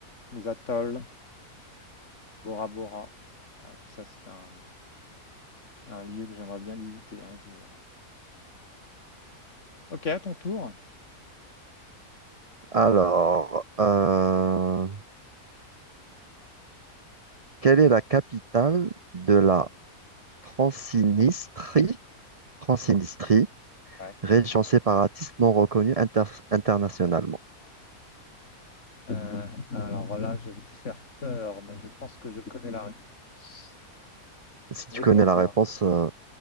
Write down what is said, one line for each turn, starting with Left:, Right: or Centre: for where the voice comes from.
Left: les atolls, Bora Bora. Ah, tout ça, c'est un, un lieu que j'aimerais bien visiter un jour. Ok, à ton tour.
Right: Alors, euh, quelle est la capitale de la Transnistrie, Transnistrie,
Left: Ouais.
Right: région séparatiste non reconnue inter- internationalement.
Left: Euh, alors là, je vais te faire peur, mais je pense que je connais la réponse.
Right: Si
Left: N'aie
Right: tu connais
Left: pas peur.
Right: la réponse, euh,